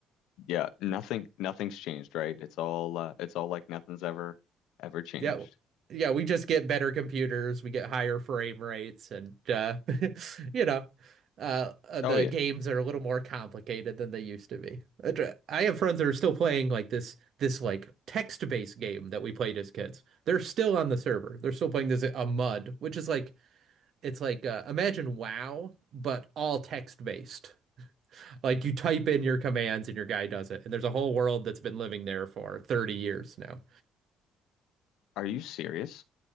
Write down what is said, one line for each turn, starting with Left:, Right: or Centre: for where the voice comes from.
Left: Yeah, nothing nothing's changed, right? It's all uh, it's all like nothing's ever ever changed.
Right: yeah, yeah, we just get better computers, we get higher frame rates, and uh, <laughs> you know, uh, uh, the
Left: Oh yeah.
Right: games are a little more complicated than they used to be. Uh, dr- I have friends that are still playing like this, this like text-based game that we played as kids. They're still on the server. They're still playing this a MUD, which is like it's like uh, imagine WoW, but all text-based. Like you type in your commands and your guy does it, and there's a whole world that's been living there for 30 years now.
Left: Are you serious?